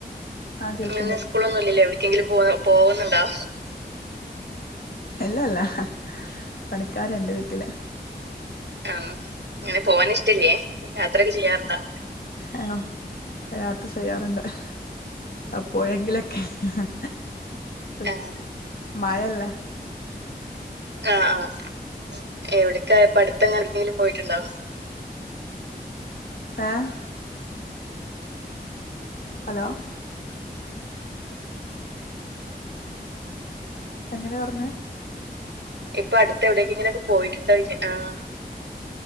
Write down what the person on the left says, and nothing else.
ആഹ് കേൾക്കണ്ട്
എല്ലല്ല ഹ് പണിക്കാര്ണ്ട് വീട്ട്ല്.
ആഹ് യാത്ര ചെയ്യാറ്ണ്ട് ആഹ് അപ്പോയെങ്കിലും <unintelligible> ഹ് ഹ്
മഴയല്ലേ
ആഹ് ഹലോ എങ്ങനെ പറഞ്ഞെ.